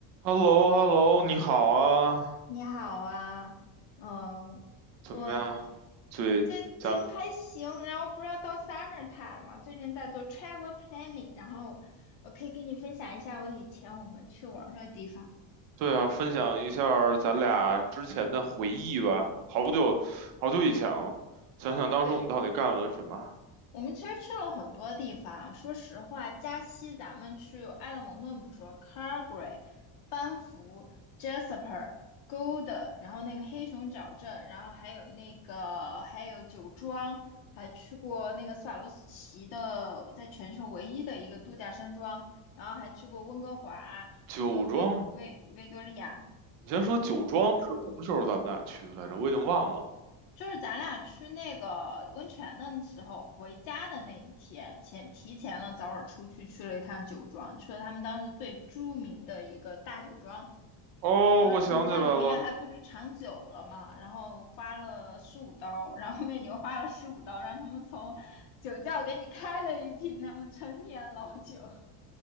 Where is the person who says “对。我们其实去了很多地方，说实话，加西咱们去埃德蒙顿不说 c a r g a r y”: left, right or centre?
Left